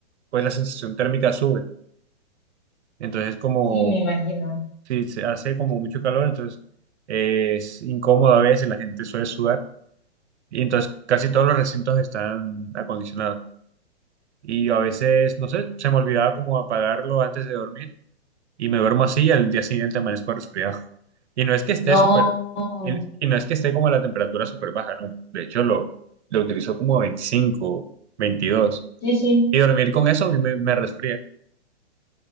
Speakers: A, on the right (about 80°); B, on the left (about 30°).
A: pues la sensación térmica sube. Entonces, como
B: sí, me imagino.
A: si se hace como mucho calor, entonces eh, es incómodo a veces, la gente suele sudar y entonces casi todos los recintos están acondicionados. Y yo a veces, no sé, se me olvidaba como apagarlo antes de dormir y me duermo así y al día siguiente amanezco resfriado. Y no es que esté
B: No,
A: súper, y y no es que esté como a la temperatura súper baja, no. De hecho, lo, lo utilizo como 25 22
B: sí, sí,
A: Y dormir con eso a mí me, me resfría.